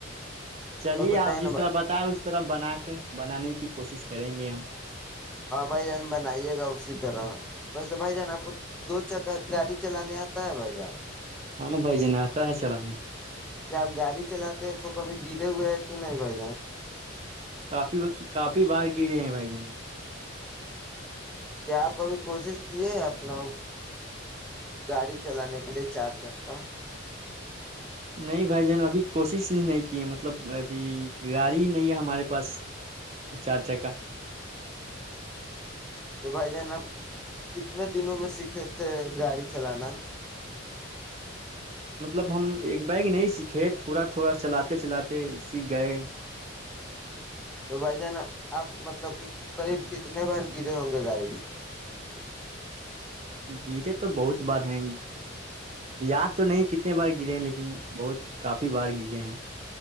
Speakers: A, on the right; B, in the centre.
A: چلیے
B: اور بتائیے
A: آپ جس
B: نا بھائی
A: طرح بتائے اس طرح بنا کے بنانے کی کوشش کریں گے ہم
B: ہاں بائی جان ب نہیں ہے گاؤ س طر بس بائی جانا اپ دو چک گاڑی چلانے آتا ہے بھائی جان
A: ہاں بھائی جن آتا ہے چلانے
B: کیا آپ گاڑی چلاتے ہیں تو کبھی گرے ہوئے ہیں کہ نہیں بھائی جان
A: کافی کافی بار گرے ہیں بھائی جنم
B: کیا آپ کبھی کوشش کیے اپنا گاڑی چلانے کے لیے چار چک کا
A: نہیں بھائی جین ابھی کوشش ہی نہیں کی ہے مطلب ابھی گاڑی ہی نہیں ہے ہمارے پاس چار جگ کاہ
B: تو بھائی جان آپ کتنے دنوں میں سیکھے تھے گاڑی چلانا
A: مطلب ہم ایک بیگ نہیں سیکھے تھوڑا تھوڑا چلاتے چلاتے سیکھ گئے
B: تو بھائی جانا آپ مطلب کہ قریب کتنے بار گرے ہوں گے گاڑی سے
A: گرے تو بہت بار ہیں یاد تو نہیں کتنے بار گرے ہیں لیکن بہت کافی بار گرے ہیں